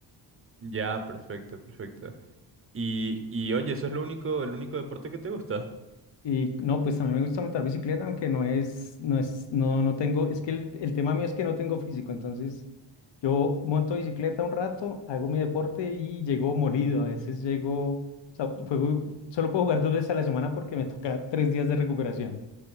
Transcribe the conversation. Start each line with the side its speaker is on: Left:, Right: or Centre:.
Right: Ya, perfecto, perfecto. Y, y oye, ¿eso es lo único, el único deporte que te gusta?
Left: Y no, pues también me gusta montar bicicleta, aunque no es, no es, no, no tengo, es que el, el tema mío es que no tengo físico, entonces yo monto bicicleta un rato, hago mi deporte y llego molido, a veces llego, o sea, juego- solo puedo jugar dos veces a la semana porque me toca tres días de recuperación.